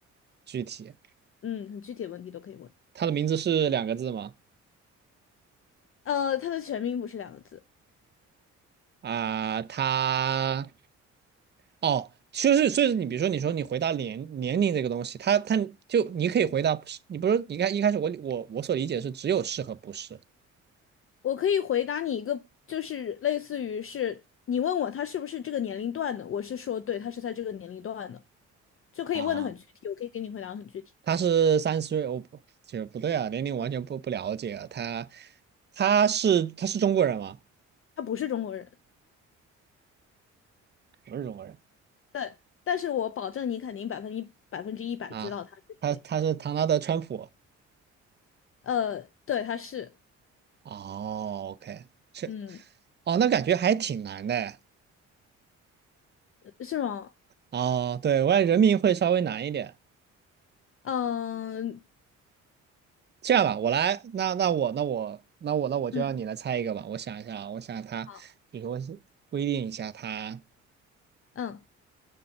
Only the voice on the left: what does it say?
嗯，很具体的问题都可以问。
呃，他的全名不是两个字，
我可以回答你一个，就是类似于是你问我他是不是这个年龄段的，我是说对，他是在这个年龄段的，就可以问的很具体，
我可以给你回答得很具体，
他不是中国人。
但但是我保证你肯定百分一百分之一百知道他是谁。
呃，对，他是，
嗯，
是吗？
嗯
嗯，
好，
嗯，